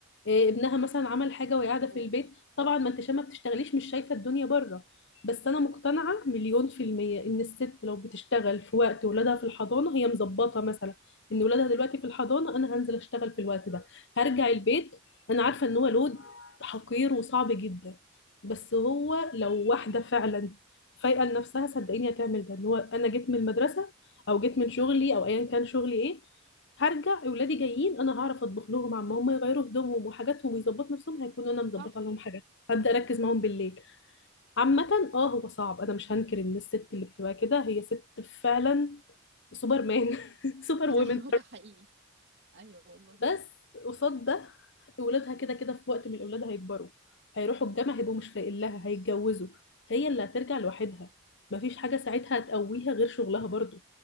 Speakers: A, on the left; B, on the right.
A: إيه، ابنها مثلا عمل حاجه وهي قاعده
B: اه
A: في
B: والله
A: البيت طبعا ما انت عشان ما بتشتغليش مش شايفه الدنيا بره بس انا مقتنعه مليون في الميه ان الست لو بتشتغل في وقت ولادها في الحضانه هي مظبطه مثلا ان ولادها دلوقتي في الحضانه انا هنزل اشتغل في الوقت ده هرجع البيت انا عارفه ان هو لود حقير وصعب جدا بس هو لو واحدة فعلا فايقه لنفسها صدقيني هتعمل ده ان هو انا جيت من المدرسه او جيت من شغلي او ايا كان شغلي ايه هرجع اولادي جايين انا هعرف اطبخ لهم عما هم يغيروا هدومهم وحاجاتهم ويظبطوا نفسهم هيكونوا انا مظبطه
B: صح
A: لهم حاجات هبدا اركز معاهم بالليل عامه اه هو صعب انا مش هنكر ان الست اللي بتبقى كده هي ست فعلا سوبر مان <laughs> سوبر
B: ايوه
A: وومن
B: ده حقيقي ايوه والله
A: بس قصاد ده ولادها كده كده في وقت من الأولاد هيكبروا هيروحوا الجامعة هيبقوا مش لاقيين لها هيتجوزوا هي اللي هترجع لوحدها مفيش حاجة ساعتها هتقويها غير شغلها برضو